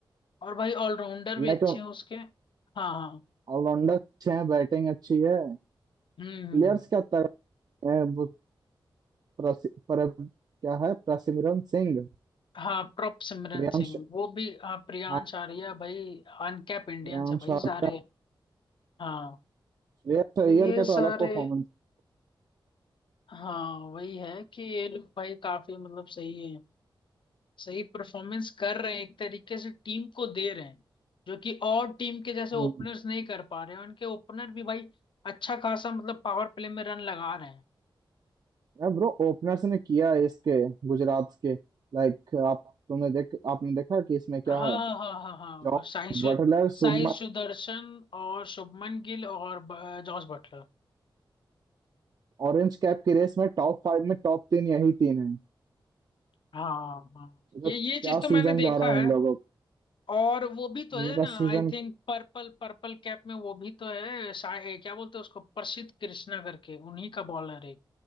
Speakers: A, on the left; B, on the right.
A: और भाई ऑलराउंडर भी
B: लाइक
A: अच्छे हैं उसके हाँ हाँ
B: ऑलराउंडर अच्छे हैं बैटिंग अच्छी है
A: हम्म हम्म,
B: प्लेयर्स
A: हम्म।
B: क्या तगड़े हैं वो प्रसि- पर, क्या है प्रसिमरन सिंह
A: हाँ प्रॉप सिमरन
B: प्रियांश
A: सिंह वो भी हाँ प्रियांश
B: हाँ
A: आर्या भाई अनकैप इंडियंस
B: प्रियांश
A: है भाई
B: आर्या
A: सारे हाँ
B: श्रेयस
A: तो
B: अय्यर
A: ये
B: का तो
A: सारे
B: अलग परफॉर्मेंस
A: हाँ वही है कि ये लोग भाई काफी मतलब सही है सही परफॉर्मेंस कर रहे हैं एक तरीके से टीम को दे रहे हैं जो कि और टीम के जैसे
B: हम्म
A: ओपनर्स नहीं कर पा रहे हैं उनके ओपनर भी भाई अच्छा खासा मतलब पावर प्ले में रन लगा रहे हैं
B: ब्रो ओपनर्स ने किया है इसके गुजरात के लाइक आप तुमने देख आपने देखा कि इसमें क्या
A: हाँ
B: है
A: हाँ हाँ हाँ हाँ
B: Jos
A: वो साई सु,
B: Buttler Shubman
A: साई सुदर्शन और शुभमन गिल और ब- जॉस बटलर
B: Orange cap की रेस में टॉप फाइव में टॉप तीन यही तीन है
A: हाँ हाँ
B: सोचो
A: ये
B: क्या
A: ये चीज तो मैंने
B: सीजन
A: देखा
B: जा रहा है
A: है
B: इन लोगों का
A: और वो भी तो
B: इन
A: है
B: लोगों का
A: ना
B: सीजन
A: I think purple purple cap में वो भी तो है सा- ए, क्या बोलते हैं उसको प्रसिद्ध कृष्णा करके उन्हीं का बॉलर है